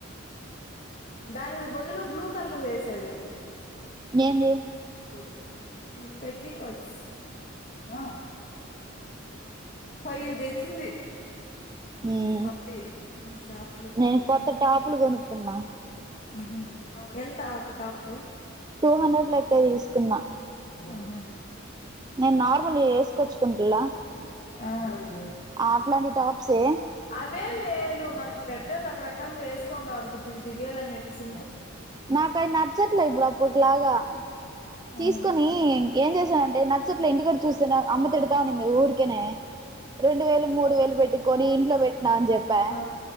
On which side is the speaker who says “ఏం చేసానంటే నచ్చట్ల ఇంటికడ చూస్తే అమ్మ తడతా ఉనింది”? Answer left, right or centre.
Right